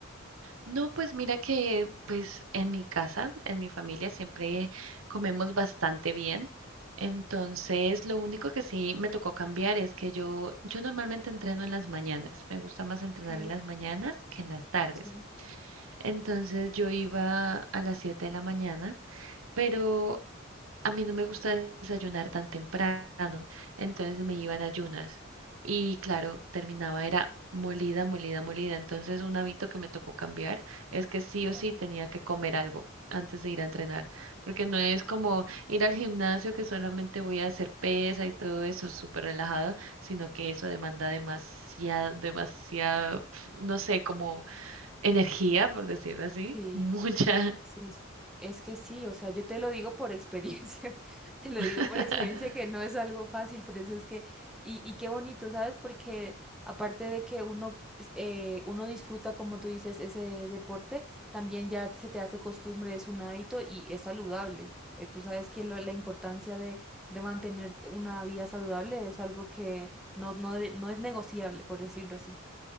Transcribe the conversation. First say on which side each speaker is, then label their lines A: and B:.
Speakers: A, on the right; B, in the centre.
A: No, pues mira que pues en mi casa, en mi familia siempre comemos bastante bien. Entonces, lo único que sí me tocó cambiar es que yo yo normalmente entreno en las mañanas. Me gusta más entrenar
B: Ok,
A: en las mañanas que en las tardes.
B: sí,
A: Entonces, yo iba a las 7 de la mañana, pero a mí no me gusta desayunar tan temprano, entonces me iba en ayunas y claro, terminaba era molida, molida, molida. Entonces un hábito que me tocó cambiar es que sí
B: claro.
A: o sí tenía que comer algo antes de ir a entrenar, porque no es como ir al gimnasio que solamente voy a hacer pesa y todo eso súper relajado, sino que eso demanda demasiado, demasiado, no sé, como energía, por decirlo así,
B: Sí.
A: mucha.
B: Sí, sí. es que sí, o sea, yo te lo digo por experiencia, <laughs> te lo
A: <laughs>
B: digo por experiencia que no es algo fácil, por eso es que, y, y qué bonito, ¿sabes? Porque aparte de que uno, eh, uno disfruta, como tú dices, ese deporte, también ya se te hace costumbre, es un hábito y es saludable. Eh, tú sabes que lo- la importancia de, de mantener una vida saludable es algo que no, no, de- no es negociable, por decirlo así.